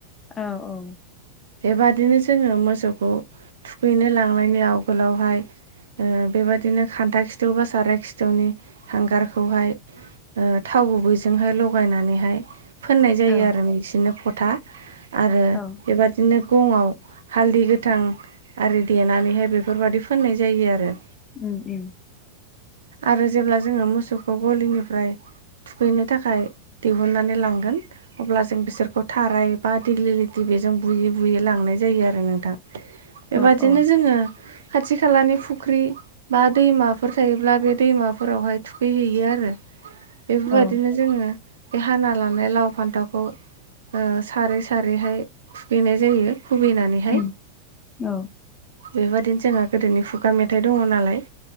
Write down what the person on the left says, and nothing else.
औ औ
औ
औ
उम उम
औ औ
औ
उम औ